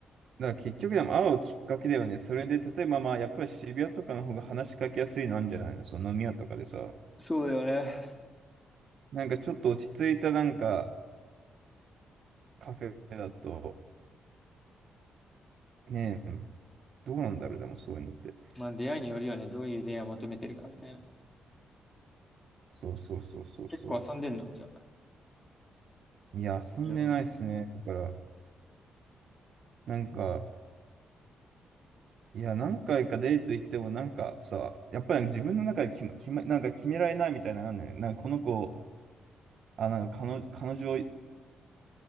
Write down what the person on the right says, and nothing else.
だから結局でも会うきっかけだよね。それで、例えばまあやっぱり渋谷とかの方が話しかけやすいのあるんじゃないのその飲み屋とかでさ。
なんかちょっと落ち着いたなんかカフェだと、ねえ、どうなんだろう、でもそういうのって。
そうそうそうそうそ
う。いや、遊んでないですね。
だから、なんか、いや、何回かデート行っても、なんかさ、やっぱり自分の中で決ま、決ま、なんか決められないみたいなのあるのよ。なんかこの子、あ、なんか彼女、彼女を、